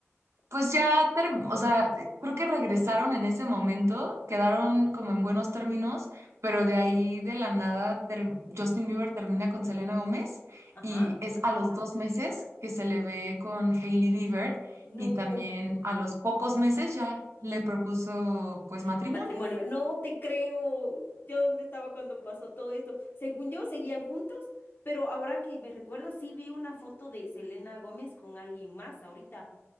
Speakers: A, on the right; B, on the left.
A: Pues ya, term- o sea, creo que regresaron en ese momento, quedaron como en buenos términos, pero de ahí de la nada ter- Justin Bieber termina con Selena Gómez
B: Ajá.
A: y es a los dos meses que se le ve con Hailey Bieber
B: No.
A: y también a los pocos meses ya le propuso pues matrimonio.
B: Matrimonio, no te creo. ¿Yo dónde estaba cuando pasó todo esto? Según yo, seguían juntos, pero ahora que me recuerdo, sí vi una foto de Selena Gómez con alguien más ahorita